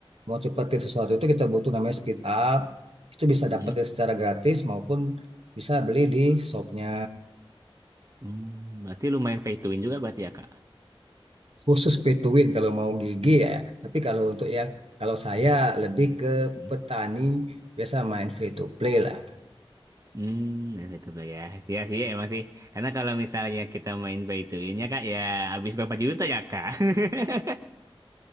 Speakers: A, on the right; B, on the right.
A: mau cepetin sesuatu itu kita butuh namanya speed up. Itu bisa
B: Hmm.
A: dapetin secara gratis maupun bisa beli di shopnya
B: Hmm. Berarti lumayan pay to win juga berarti ya, Kak?
A: khusus pay to win kalau mau gigi ya. Tapi kalau untuk yang kalau saya lebih ke
B: Hmm.
A: petani biasa main free to play lah.
B: Hmm, nah, itu ya. Sih, sih, emang sih. Karena kalau misalnya kita main pay to win-nya, Kak, ya habis berapa juta ya, Kak? <laughs>